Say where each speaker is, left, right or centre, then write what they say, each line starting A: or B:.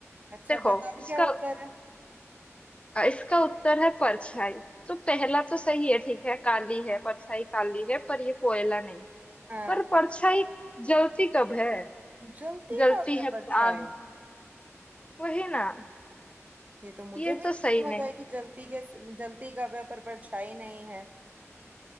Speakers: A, on the right; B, on the left.
A: अच्छा
B: देखो
A: बताओ
B: उसका
A: क्या उत्तर है
B: इसका उत्तर है परछाई तो पहला तो सही है ठीक है काली है परछाई काली है पर ये कोयला नहीं
A: हाँ
B: पर परछाई जलती कब है
A: जलती
B: जलती
A: का वह
B: है
A: परछाई
B: पर आग वही ना
A: ये तो मुझे
B: ये
A: भी नहीं
B: तो सही
A: समझ
B: नहीं
A: आई कि जलती के जलती का वह पर परछाई नहीं है